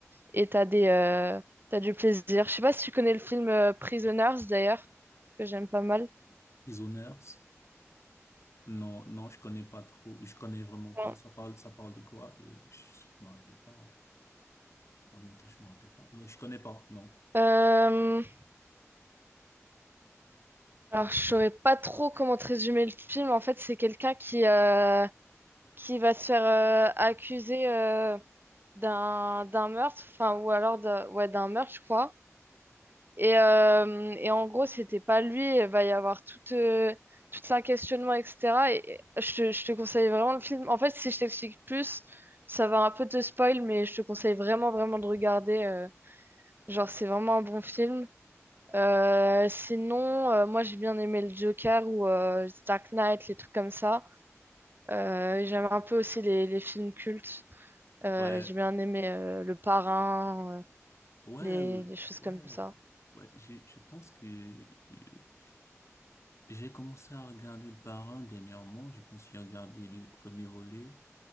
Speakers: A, on the right (about 45°); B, on the left (about 60°).
A: et t'as des, euh, t'as du plaisir. Je sais pas si tu connais le film euh, Prisoners d'ailleurs, que j'aime pas mal.
B: Isoners? Non, non, je connais pas trop. Je connais vraiment pas.
A: Ouais.
B: Ça parle, ça parle de quoi? Euh, Je, je me rappelle pas. hein. En même temps, je me rappelle pas. Euh, Je connais pas, non.
A: Euh, Alors, je saurais pas trop comment te résumer le film. En fait, c'est quelqu'un qui, euh, qui va se faire euh, accuser euh, d'un d'un meurtre, enfin, ou alors de, ouais, d'un meurtre, je crois. Et, euh, et en gros, c'était pas lui. Il va y avoir tout, euh, tout un questionnement, etc. Et et je, te- je te conseille vraiment le film. En fait, si je t'explique plus, ça va un peu te spoil, mais je te conseille vraiment, vraiment de regarder. euh, genre, c'est vraiment un bon film. Euh, sinon, euh, moi j'ai bien aimé le Joker ou euh, Dark Knight, les trucs comme ça. Euh, j'aime un peu aussi les, les films cultes. Euh,
B: Ouais,
A: j'ai bien aimé euh, Le Parrain, euh,
B: Ouais,
A: les,
B: euh,
A: les choses
B: ouais,
A: comme
B: euh,
A: ça.
B: ouais, je, je pense que euh, j'ai commencé à regarder le parrain dernièrement. Je pense que j'ai regardé le premier volet.